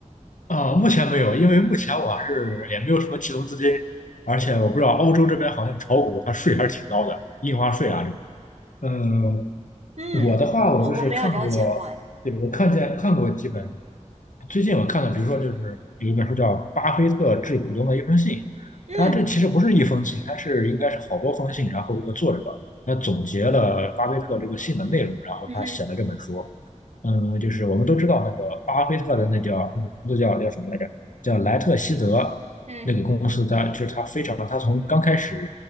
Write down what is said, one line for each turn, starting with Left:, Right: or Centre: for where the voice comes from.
Left: 啊，目前没有，因为目前我还是也没有什么启动资金，而且我不知道欧洲这边好像炒股它税还是挺高的，印花税啊这个。嗯，
Right: 嗯，
Left: 我的话我就是看过，
Right: 我我没有了解过，哎，
Left: 对，我看见看过几本最近我看的，比如说就是有一本书叫《巴菲特致股东的一封信》，
Right: 嗯，
Left: 它这其实不是一封信，它是应该是好多封信，然后这个作者他总结了巴菲特这个信的内容，然后他写了这本书。
Right: 嗯哼，
Left: 嗯，就是我们都知道那个巴菲特的那叫那叫叫什么来着？叫莱特希泽
Right: 嗯。
Left: 那个公司它，就是它非常，它从刚开始。